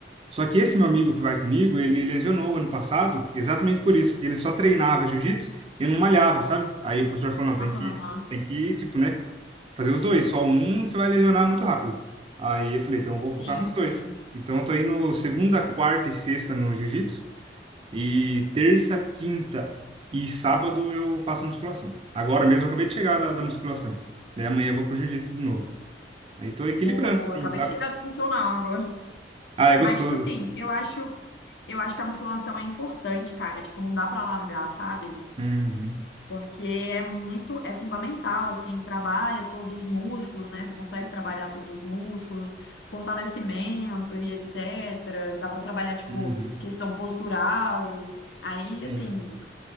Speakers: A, on the right; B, on the left.
A: Só que esse meu amigo que vai comigo, ele lesionou ano passado, exatamente por isso, porque ele só treinava jiu-jitsu e não malhava, sabe? Aí o professor falou, não,
B: Ah,
A: tem que, tem que, tipo, né, fazer os dois, só um você vai lesionar muito rápido. Aí eu falei, então eu vou
B: sim,
A: focar nos dois.
B: sim.
A: Então eu tô indo segunda, quarta e sexta no jiu-jitsu e terça, quinta e sábado eu faço musculação. Agora mesmo eu acabei de chegar
B: Boa,
A: da, da musculação. Daí amanhã eu vou pro jiu-jitsu de novo. Aí tô equilibrando,
B: boa, boa.
A: assim,
B: Acabei
A: sabe?
B: de chegar do funcional agora.
A: Ah, é
B: Mas,
A: gostoso.
B: tipo assim, eu acho, eu acho que a musculação é importante, cara. Tipo, não dá pra largar, sabe?
A: Uhum,
B: porque é muito, é fundamental, assim, trabalha todos os músculos, né? Você consegue trabalhar todos os músculos, fortalecimento e etc. Dá para trabalhar, tipo,
A: uhum.
B: questão postural. Aí,
A: Sim.
B: assim,